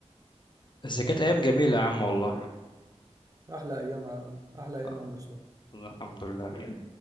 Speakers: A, on the left; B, on the right.
A: بس كانت ايام جميله يا عم والله
B: احلى ايام يا عم- احلى ايام
A: آه،
B: يا عم اسلام
A: الحمد لله